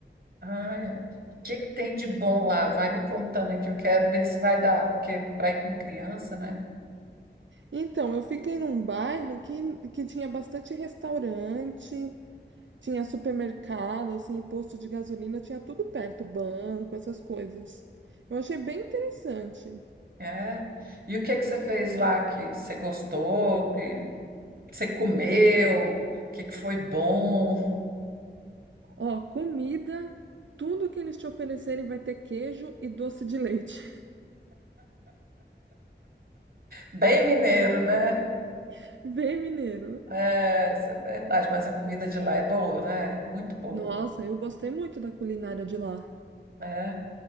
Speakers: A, on the right; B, on the right.
A: Ai, o que que tem de bom lá? Vai me contando aí que eu quero ver se vai dar, porque para ir com criança, né?
B: Então, eu fiquei num bairro que, que tinha bastante restaurante, tinha supermercado, assim, posto de gasolina, tinha tudo perto, banco, essas coisas. Eu achei bem interessante.
A: É. E o que que você fez lá que você gostou, que você comeu, que que foi bom?
B: Ó, comida, tudo que eles te oferecerem vai ter queijo e doce de leite.
A: Bem mineiro, né?
B: <laughs> Bem mineiro.
A: É, isso é verdade, mas a comida de lá é boa, né? Muito boa.
B: Nossa, eu gostei muito da culinária de lá.
A: né?